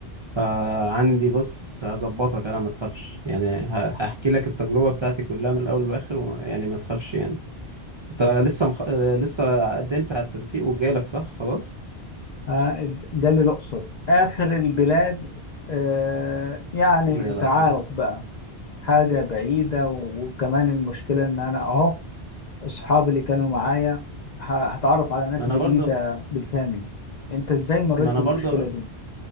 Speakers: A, on the right; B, on the left.
A: فعندي بص هظبطك انا ما تخافش يعني ه- هحكي لك التجربه بتاعتي كلها من الاول للاخر وما- يعني ما تخافش يعني انت لسه مخ... آه، لسه قدمت على التنسيق وجالك صح خلاص
B: آه جالي الاقصر اخر البلاد آه يعني
A: يا
B: انت
A: لهوي
B: عارف بقى حاجه بعيده و- وكمان المشكله ان انا اهو اصحابي اللي كانوا معايا ه- هتعرف على ناس
A: ما انا
B: جديدة
A: برضو
B: بالكامل انت ازاي مريت
A: ما انا
B: بالمشكلة
A: برضو
B: دي